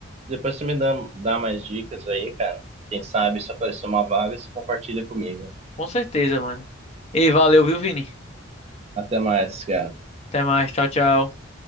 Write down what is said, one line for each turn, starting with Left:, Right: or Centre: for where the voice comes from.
Right: Depois você me dá, dá mais dicas aí, cara. Quem sabe se aparecer uma vaga, você compartilha comigo.
Left: com certeza, mano. E valeu, viu, Vini?
Right: Até mais, cara.
Left: Até mais, tchau, tchau.